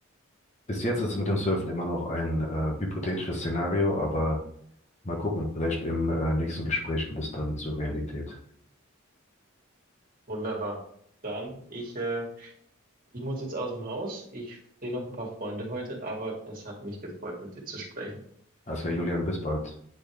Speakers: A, on the left (about 35°); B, on the right (about 40°).
A: <laughs> Bis jetzt ist es mit dem Surfen immer noch ein äh, hypothetisches Szenario, aber mal gucken, vielleicht im äh, nächsten Gespräch wird es dann zur Realität.
B: wunderbar. Dann, ich, äh, ich muss jetzt aus dem Haus. Ich sehe noch ein paar Freunde heute, aber es hat mich gefreut, mit dir zu sprechen.
A: Also ja, Julian, bis bald.